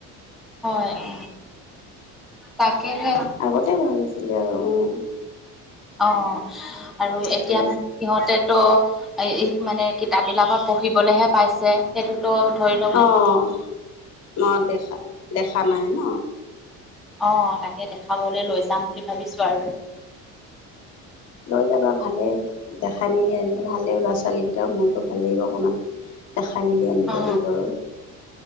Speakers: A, in the centre; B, on the left.
A: হয় অ তাকে হে
B: আগতে ভাল আছিলে আৰু উম
A: অ আৰু
B: তাকে
A: এতিয়া মানে সিহঁতেতো এ এই মানে কিতাপবিলাকত পঢ়িবলৈহে পাইছে সেইটো সেইটো ধৰি লোৱা
B: অহ নাই দেখা দেখা নাই ন
A: অ তাকে দেখাবলৈ লৈ যাম বুলি ভাবিছোঁ আৰু
B: লৈ যাবা ভালে দেখাই মেলি আনিলে ভালে ল'ৰা ছোৱালীকেইটাৰ মনটো ভাল লাগিব অকণমান দেখাই মেলি আনিলে
A: অ',
B: সিহঁতৰো